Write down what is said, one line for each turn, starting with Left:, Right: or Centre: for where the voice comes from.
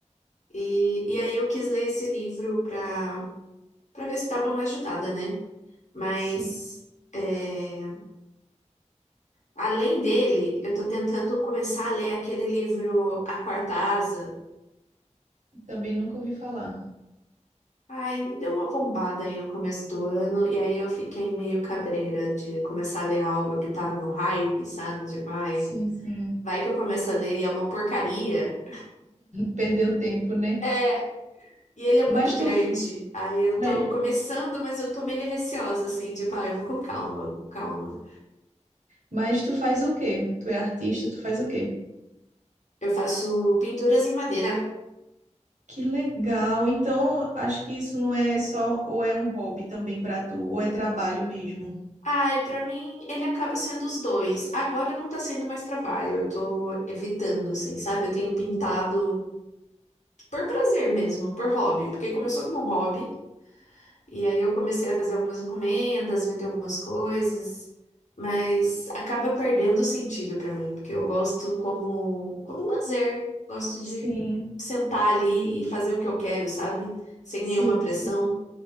Left: E, e aí eu quis ler esse livro para para ver se dava uma ajudada, né? Mas,
Right: Sim,
Left: é, além dele, eu tô tentando começar a ler aquele livro A Quarta Asa.
Right: também nunca ouvi falar.
Left: Aí me deu uma bombada aí no começo do ano, e aí eu fiquei meio cabreira de começar a ler algo que tava no hype, sabe? De vai,
Right: Sim, sim.
Left: vai que eu começo a ler e é uma porcaria.
Right: Perdeu tempo, né?
Left: É, e ele é
Right: Mas
Left: muito grande.
Right: tu,
Left: Aí eu
Right: mas,
Left: tô começando, mas eu tô meio receosa, assim, tipo, ah, eu vou com calma, calma.
Right: mas tu faz o quê? Tu é artista, tu faz o quê?
Left: Eu faço pinturas em madeira.
Right: Que legal. Então, acho que isso não é só, ou é um hobby também para tu, ou é trabalho mesmo.
Left: Ai, pra mim ele acaba sendo os dois. Agora não tá sendo mais trabalho, eu tô evitando, assim, sabe? Eu tenho pintado por prazer mesmo, por hobby, porque começou como um hobby. E aí eu comecei a fazer algumas encomendas, vender algumas coisas, mas acaba perdendo o sentido pra mim, porque eu gosto como como um lazer, gosto de
Right: Sim,
Left: sentar ali e fazer o que eu quero, sabe? Sem
Right: sim,
Left: nenhuma pressão.
Right: sim.